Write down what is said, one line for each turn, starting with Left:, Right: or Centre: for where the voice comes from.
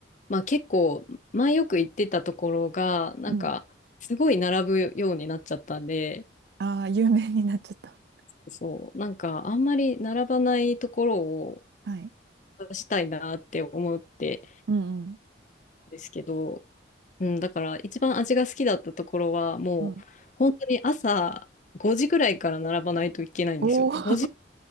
Left: まあ結構、前よく行ってたところが、なんか、
Right: うん。
Left: すごい並ぶようになっちゃったんで、
Right: ああ、有名になっちゃった。
Left: そう、なんか、あんまり並ばないところを
Right: はい。
Left: 出したいなって思って
Right: うんうん。
Left: ですけど、うん、だから一番味が好きだったところは、もう、
Right: うん。
Left: 本当に朝5時ぐらいから並ばないといけないんですよ。
Right: おお。
Left: 5時
Right: <laughs>